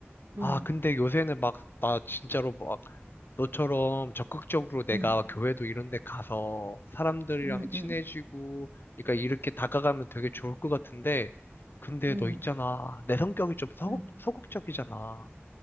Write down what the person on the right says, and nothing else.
응,
응,
응,
응,
응,
응.